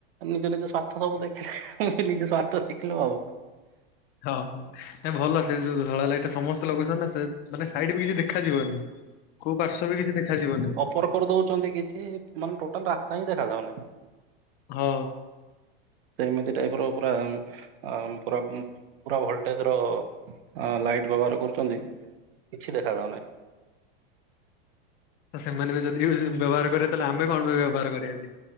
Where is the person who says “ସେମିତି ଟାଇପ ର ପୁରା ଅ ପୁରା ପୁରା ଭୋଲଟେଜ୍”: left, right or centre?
Right